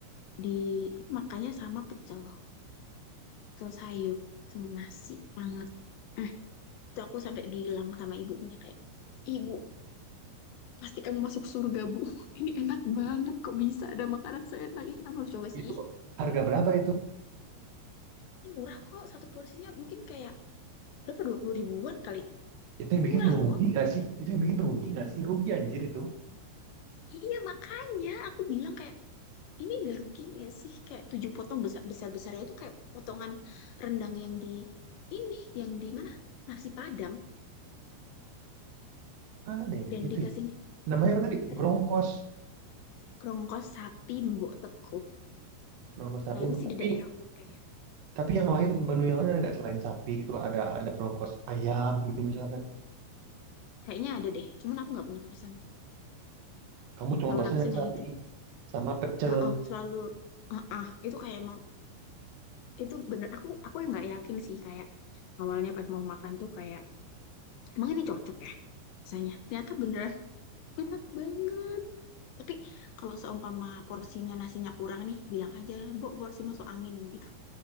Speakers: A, on the left; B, on the right.
A: di makanya sama pecel, pecel sayur sama nasi hangat. Eh, itu aku sampai bilang sama ibunya kayak, "Ibu, pasti kamu masuk surga, Bu. <laughs> Ini enak banget kok bisa ada makanan seenak ini. Kamu harus coba sih.
B: Itu harga berapa itu?
A: Ini murah kok satu porsinya mungkin kayak berapa 20 ribuan kali.
B: Itu yang
A: Murah
B: bikin rugi
A: loh."
B: nggak sih? Itu yang bikin rugi nggak sih? Rugi anjir itu.
A: Iya makanya aku bilang kayak ini gak rugi gak sih kayak tujuh potong besar besar besarnya itu kayak potongan rendang yang di ini yang di mana nasi Padang
B: Ada yang
A: dan
B: begitu
A: dikasihnya
B: ya.
A: tuh
B: Namanya apa tadi?
A: dikasih
B: Brongkos.
A: kerongkos sapi mbok teko
B: Brongkos sapi.
A: kayaknya sih
B: Tapi
A: di daerah Kopeng ya.
B: tapi yang lain menu yang lain agak selain sapi gitu ada ada brongkos ayam gitu misalkan.
A: kayaknya ada deh cuman aku nggak pernah pesen
B: Kamu cuma
A: nggak
B: pesen
A: pernah pesen
B: yang sapi
A: yang itu
B: sama pecel
A: Heeh, selalu heeh, itu kayak emang itu bener aku aku yang nggak yakin sih kayak awalnya pas mau makan tuh kayak emang ini cocok ya rasanya ternyata bener enak banget tapi kalau seumpama porsinya nasinya kurang nih bilang aja mbok porsi masuk angin gitu